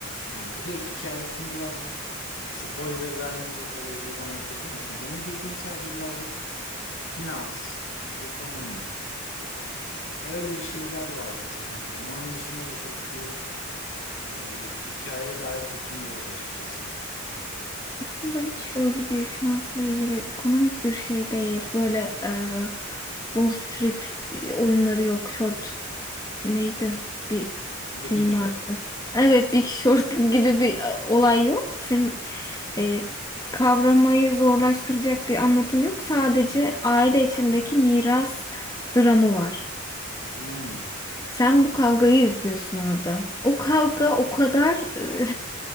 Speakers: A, on the left; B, on the left.
A: Yani bir de hikayesini birazcık spoiler vermeyecek derecede anlatabilir misin? Benim bildiğim sadece birazcık finans, ekonomi öyle bir şeyler vardı sanki. Yani onun dışında da çok bir böyle bir hikaye dair fikrim de yok açıkçası.
B: Bu hiç öyle bir finansla ilgili ekonomik bir şey değil. Böyle e, Wall Street e, oyunları yok, short Neydi? Bir
A: The
B: film
A: Big Short.
B: vardı. Evet, Big Short <laughs> gibi bir e, olay yok. Senin e, kavramayı zorlaştıracak bir anlatım yok. Sadece aile içindeki miras dramı var.
A: Hmm.
B: Sen bu kavgayı izliyorsun orada. O kavga o kadar e,